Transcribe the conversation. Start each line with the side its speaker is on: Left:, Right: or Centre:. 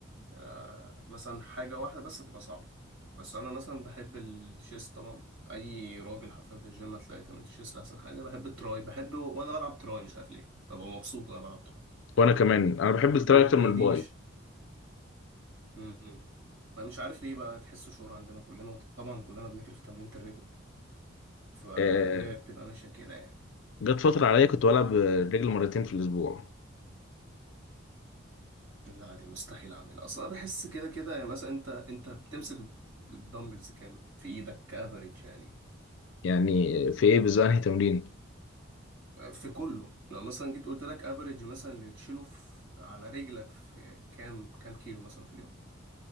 Right: آه، مثلا حاجه واحده بس تبقى صعبه بس انا مثلا بحب الشيست طبعا اي راجل حرفيا في الجيم هتلاقي تمرين الشيست احسن حاجه بحب التراي بحب و- وانا بلعب تراي مش عارف ليه ببقى مبسوط وانا بلعب تراي
Left: وانا كمان انا
Right: برضه
Left: بحب التراي
Right: دي
Left: اكتر
Right: دي
Left: من الباي
Right: دي مش امم امم. انا مش عارف ليه بقى تحسه شعور عندنا كلنا وطبعا كلنا بنجري في تمرينة الرجل فهي
Left: آه،
Right: بتبقى ماشيه كده يعني
Left: جت فتره عليا كنت بلعب الرجل مرتين في الاسبوع
Right: لا دي مستحيل اعملها اصلا بحس كده كده يعني مثلا انت انت بتمسك الدمبلز كام في ايدك كافريج يعني
Left: يعني في ايه بالظبط انهي تمرين
Right: في كله لو مثلا جيت قلت لك افريج مثلا اللي بتشيله في على رجلك في كام كام كيلو مثلا في اليوم